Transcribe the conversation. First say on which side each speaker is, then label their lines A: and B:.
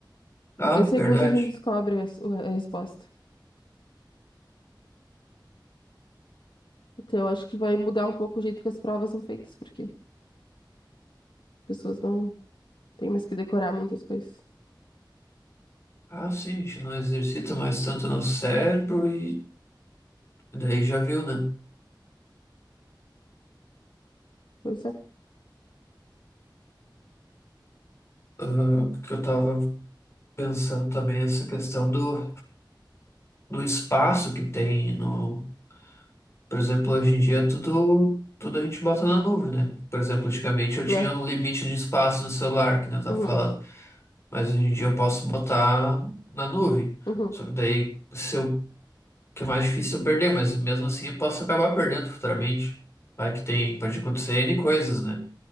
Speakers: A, on the left (about 35°); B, on the left (about 80°).
A: Ah,
B: Em dois segundos
A: verdade.
B: a gente descobre a, s- a resposta. Então eu acho que vai mudar um pouco o jeito que as provas são feitas, porque as pessoas não têm mais que decorar muitas coisas.
A: Ah, sim, a gente não exercita mais tanto no cérebro e daí já viu, né?
B: Pois é.
A: Ah, porque eu tava pensando também essa questão do do espaço que tem no, por exemplo, hoje em dia tudo tudo a gente bota na nuvem, né? Por exemplo, antigamente eu tinha
B: Né?
A: um limite de espaço no celular, que nem eu tava
B: Uhum,
A: falando, mas hoje em dia eu posso botar na nuvem.
B: uhum.
A: Só que daí se eu, que é mais difícil eu perder, mas mesmo assim eu posso acabar perdendo futuramente. Vai que tem, pode acontecer N coisas, né?